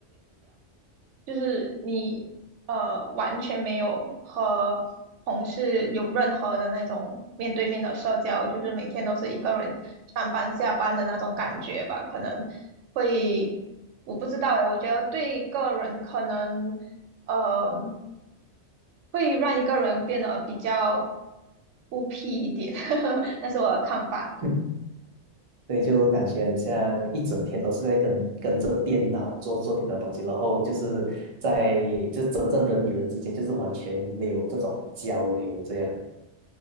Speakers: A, on the right; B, on the right.
A: 就是你呃完全没有和同事有任何的那种面对面的社交，就是每天都是一个人上班下班的那种感觉吧，可能会我不知道诶，我觉得对个人可能呃会让一个人变得比较孤僻一点，<laughs> 那是我的看法。嗯
B: 嗯所以就感觉很像一整天都是在跟跟着电脑做做电脑的东西，然后就是在就真正人与人之间就是完全没有这种交流这样。